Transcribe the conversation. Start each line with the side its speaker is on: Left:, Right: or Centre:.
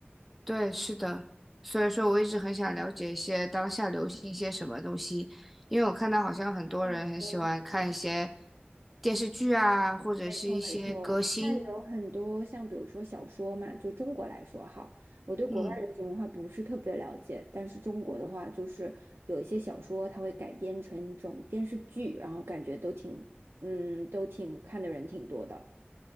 Centre: 对，是的。所以说我一直很想了解一些当下流行一些什么东西，因为我看到好像很多人很喜欢看一些
Right: 那的话
Centre: 电视剧啊，或者是一些歌星，
Right: 没错，没错。现在有很多像比如说小说嘛，就中国来说哈，我对国外流行文化不是特别了解，
Centre: 嗯。
Right: 但是中国的话，就是有一些小说它会改编成这种电视剧，然后感觉都挺，嗯，都挺看的人挺多的。